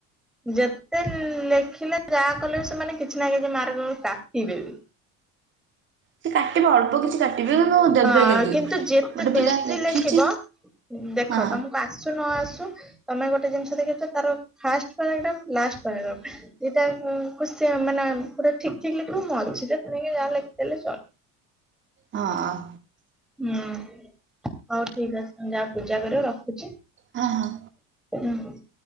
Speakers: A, in the centre; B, on the right (about 35°).
A: ଯେତେ ଲେଖିଲେ ଯାହା କଲେ ବି ସେମାନେ କିଛି ନା କିଛି ମାର୍କ କାଟିଦେବେ।
B: ସେ କାଟିବେ ଅଳ୍ପ କିଛି କାଟିବେ କିନ୍ତୁ ଦେବେ
A: ହଁ କିନ୍ତୁ ଯେତେ
B: ଗୋଟେ
A: ବେଶୀ
B: ପିଲା ଲେଖିଛି
A: ଲେଖିବ। ଦେଖ
B: ହଁ
A: ତମକୁ ଆସୁ ନ ଆସୁ। ତମେ ଗୋଟେ ଜିନିଷ ଦେଖିଛ ତାର ଫାଷ୍ଟ ପାରାଗ୍ରାଫ ଲାଷ୍ଟ ପାରାଗ୍ରାଫ। ଦିଟାକୁ କି ସେ ମାନେ ପୁରା ଠିକି ଠିକି ଲେଖିବୁ ମଝିରେ ତେଣିକି ଯାହା ଲେଖିଦେଲେ ଚଳିବ।
B: ହଁ।
A: ହୁଁ ହଉ ଠିକି ଅଛି ଯା ପୂଜା କରିବ ରଖୁଛି।
B: ହଁ ହଁ।
A: ହୁଁ।